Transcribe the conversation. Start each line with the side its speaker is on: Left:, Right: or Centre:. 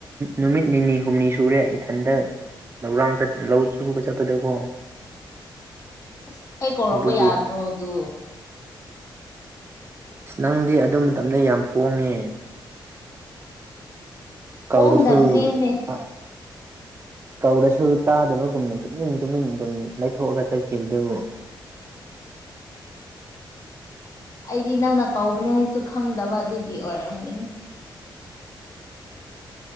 Right: ꯅꯨꯃꯤꯠ ꯅꯤꯅꯤ ꯍꯨꯝꯅꯤ ꯁꯨꯔꯦ ꯏꯊꯟꯗ ꯂꯧꯔꯥꯡ ꯆꯠ ꯂꯧ ꯁꯨꯕ ꯆꯠꯄꯗꯀꯣ
Left: ꯑꯁ ꯑꯩ ꯀꯧꯔꯛꯄ
Right: ꯑꯗꯨꯒꯤ
Left: ꯌꯥꯗ꯭ꯔꯣ ꯑꯗꯨ
Right: ꯑꯁ ꯅꯪꯗꯤ ꯑꯗꯨ ꯃꯇꯝꯗ ꯌꯥꯝ ꯄꯣꯡꯉꯦ
Left: ꯄꯣꯡꯗꯕꯅꯤꯅꯦ
Right: ꯀꯧꯔꯁꯨ ꯑ ꯀꯧꯔꯁꯨ ꯇꯥꯗꯕꯒꯨꯝꯅ ꯇꯨꯃꯤꯟ ꯇꯨꯃꯤꯟ ꯑꯗꯨꯝ ꯂꯩꯊꯣꯛꯑꯒ ꯆꯠꯈꯤꯕꯗꯨꯕꯨ
Left: ꯑꯩꯗꯤ ꯅꯪꯅ ꯀꯧꯕꯅꯦ ꯍꯥꯏꯁꯨ ꯈꯪꯗꯕ ꯑꯗꯨꯒꯤ ꯑꯣꯏꯔꯝꯒꯅꯤ